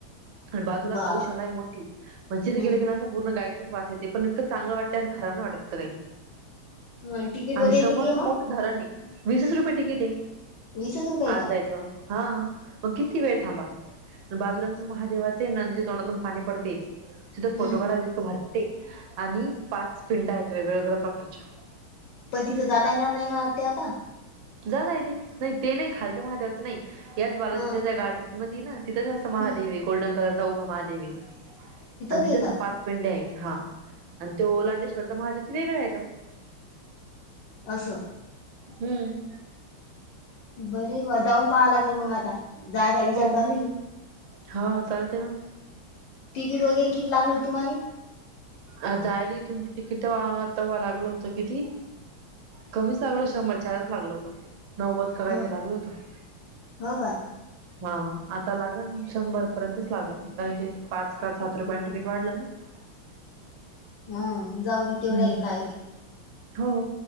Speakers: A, on the right; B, on the left.
A: आणि बाजूला
B: बाप
A: गौशालाय मोठी पण तिथं
B: हम्म
A: गेल की नाही असं. पूर्ण गायचच वास येते पण इतंक चांगलं वाटते असं खराब नाही वाटत काई.
B: ह तिकीट
A: आणि
B: वगैरे
A: समोरच
B: किती आहे मग
A: मोठा धरण आहे वीसच रुपये तिकीट आहे
B: वीसच रुपये
A: आज
B: का
A: जायचं. हा मग किती वेळ थांबा. बाजूला असच महादेवाचे नांदच्या तोंडातून पाणी पडते तिथ फोटो
B: हम्म
A: काढयला ततकं भारी ते आणि पाच पिंड आहेत वेगळ्या वगळ्या प्रकारच्या
B: पण तिथं जाता येणार नाही ना आत्या आता
A: जाता येतय ते नाही ते नाही खालचं महादेवाचं नाही याच भागाच्या
B: ह
A: त्या गार्डन मधी ना? तिथंच असं महादेव
B: हम्
A: गोल्डन कलर चा उभा महादेवय आणि
B: बी
A: तिथं
B: आहे
A: असं
B: का
A: पाच पिंड आहे हा आणि तो लांडेश्वरचा महादेव त वेगळाय तो
B: असं
A: हम्म
B: बरे वा जाऊन पहाला लागेल मग आता जायचा विचार
A: हो
B: चालू आहे
A: हा चालते ना
B: तिकीट वगैरे किती लागलं हो तुम्हाले?
A: अ जायला इथून तिकिट तेव्हा लागलं होतं किती? कमीच लागलं शंभर आतच लागलो होत नव्वद का काय
B: ह
A: तरी लागल होतं
B: हो का?
A: हा आता लागण शंभर पर्यंतच लागन कारण कि पाच का सात रुपया तिकीट वाढलं ना?
B: हम जाऊ दे तेवढ्याल
A: हम्म
B: काय ते
A: हो